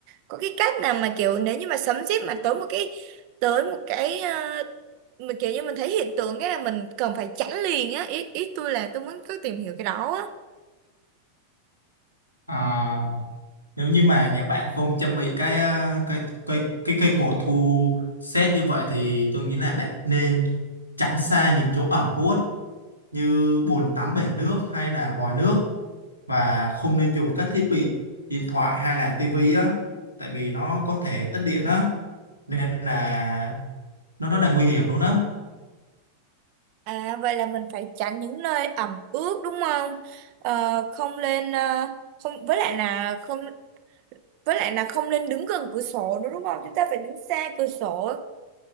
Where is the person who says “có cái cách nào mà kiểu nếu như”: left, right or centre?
Right